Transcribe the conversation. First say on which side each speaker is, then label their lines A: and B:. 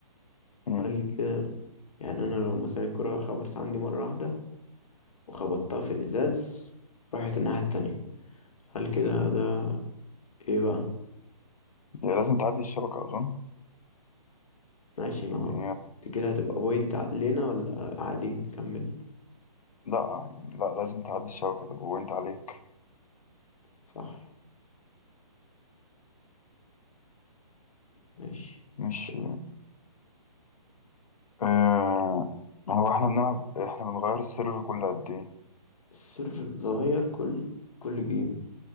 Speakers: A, on the left; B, on the left.
A: مم.
B: هل كده يعني أنا لو مثلا الكورة خبطت عندي مرة واحدة وخبطتها في الإزاز راحت الناحية التانية هل كده ده إيه بقى
A: هي لازم تعدي الشبكة أظن
B: ماشي ما هو
A: يعني
B: دي كده هتبقى بوينت علينا ولا عادي نكمل
A: لا يعني لا لازم تعدي الشبكة تبقى بوينت عليك
B: صح ماشي
A: مش
B: س-
A: آه هو احنا بنلعب احنا بنغير السيرفر كل قد ايه
B: السيرف بيتغير كل كل جيم